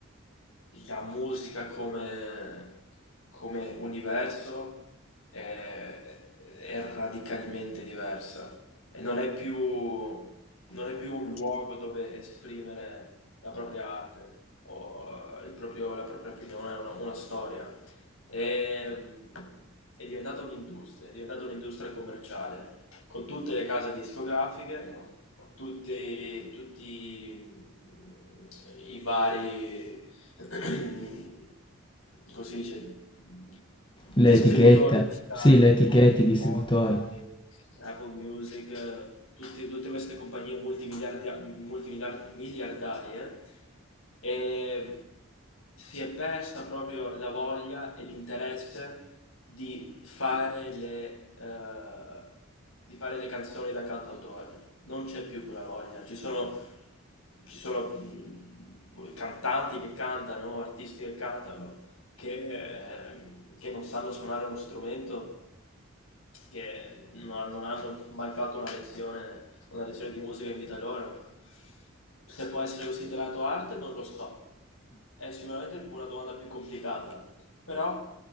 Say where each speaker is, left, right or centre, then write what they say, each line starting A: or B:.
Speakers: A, on the left; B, on the left.
A: la musica come, come universo è, è radicalmente diversa e non è più, non è più un luogo dove esprimere la propria arte o il proprio- la propria opinione, una, una storia. Ehm, è diventata un'industria, è diventata un'industria commerciale, con tutte le case discografiche, tutti, tutti mm, i vari <clears throat> come si dice, distributori
B: Le etichette,
A: digitali
B: sì, le etichette,
A: come
B: i distributori.
A: Spotify, Apple Music, eh, tutti- tutte queste compagnie multimiliardia- multimiliar- miliardarie, e si è persa proprio la voglia e l'interesse di fare le, eh, di fare le canzoni da cantautore. Non c'è più quella voglia. Ci sono ci sono mh, cantanti che cantano, artisti che cantano, che, ehm, che non sanno suonare uno strumento che non, non hanno mai fatto una lezione, una lezione di musica in vita loro. Se può essere considerato arte, non lo so. È sicuramente una domanda più complicata, però